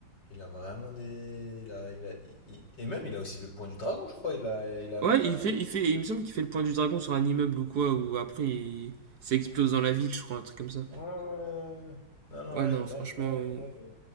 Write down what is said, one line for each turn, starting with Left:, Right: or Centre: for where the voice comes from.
Left: il a vraiment des. Il a, il a, il- il- Et même, il a aussi le point du dragon, je crois. Il a, il a
Right: Ouais,
Left: même.
Right: il
Left: euh,
Right: fait, il fait, il me semble qu'il fait le point du dragon sur un immeuble ou quoi, ou après il s'explose dans la ville, je crois, un truc comme ça.
Left: Ouais, ouais. ouais. Non, non,
Right: Ouais,
Left: ouais,
Right: non,
Left: il
Right: franchement,
Left: a, il a, il a le.